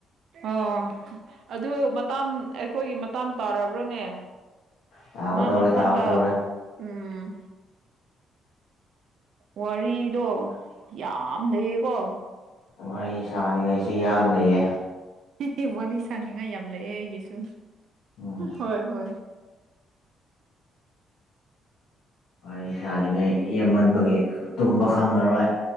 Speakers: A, on the right; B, on the left.
A: ꯑꯣ ꯑꯗꯨ ꯃꯇꯥꯝ ꯑꯩꯈꯣꯏꯒꯤ ꯃꯇꯥꯝ ꯇꯥꯔꯕ꯭ꯔꯅꯦ
B: ꯇꯥꯒꯗꯧꯔꯦ
A: ꯃꯥ ꯃꯊꯟꯇ
B: ꯇꯥꯒꯗꯧꯔꯦ
A: ꯎꯝ ꯋꯥꯔꯤꯗꯣ ꯌꯥꯝ ꯂꯩꯌꯦꯀꯣ
B: ꯋꯥꯔꯤ ꯁꯥꯥꯟꯅꯤꯡꯉꯥꯏꯁꯦ ꯌꯥꯝ ꯂꯩꯌꯦ
A: ꯑꯦ ꯋꯥꯔꯤ ꯁꯥꯟꯅꯤꯡꯉꯥꯏ ꯌꯥꯝ ꯂꯩꯑꯦ ꯑꯩꯒꯤꯁꯨ
B: ꯎꯝ
A: ꯍꯣꯏ ꯍꯣꯏ
B: ꯋꯥꯔꯤ ꯁꯥꯔꯤꯉꯥꯏ ꯌꯦꯦꯝꯃꯟꯕꯒꯤ ꯇꯨꯝꯕ ꯈꯪꯉꯔꯣꯏ